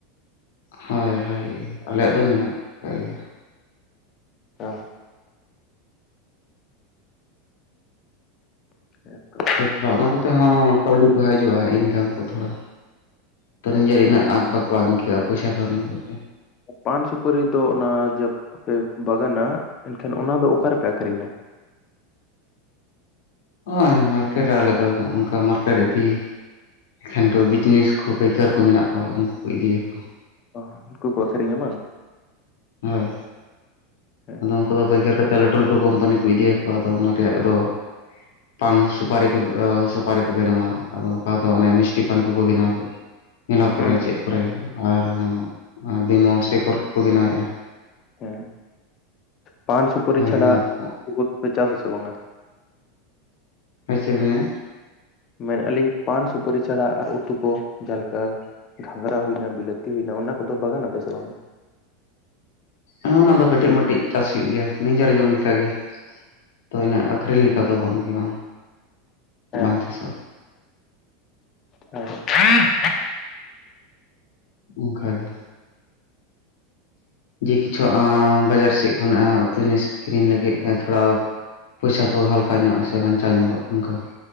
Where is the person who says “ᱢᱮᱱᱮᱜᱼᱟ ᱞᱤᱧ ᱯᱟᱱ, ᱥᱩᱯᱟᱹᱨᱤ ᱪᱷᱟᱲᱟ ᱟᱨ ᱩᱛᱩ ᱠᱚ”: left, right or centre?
Left